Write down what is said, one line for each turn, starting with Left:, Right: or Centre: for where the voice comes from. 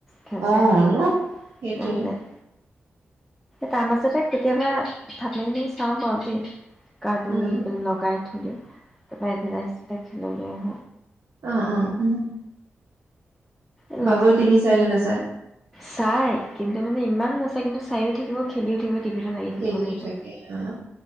Centre: খেল
Right: অ
Centre: চাই থাকিব
Right: ন সেইটোৱে
Centre: মন যায় তাৰ মাজতে কেতিয়াবা থাপিনে চাও বাওঁ দেই কাৰ্টুন
Right: উম
Centre: এই পিনে লগাই থৈ দিয়া তহ এডভাইডেচ খেলো অহ
Right: অহ অহ উম
Centre: ল'ৰা
Right: বাবুৱে
Centre: ছোৱালীক
Right: টিভি চাইনে নাচাই?
Centre: চাই কিন্তু মানে ইমান নাচায় কিন্তু চাইও থাকিব খেলি থাকিব টিভিটো লাগি থাকিব
Right: খেলি
Centre: লাগিব।
Right: থাকে অহ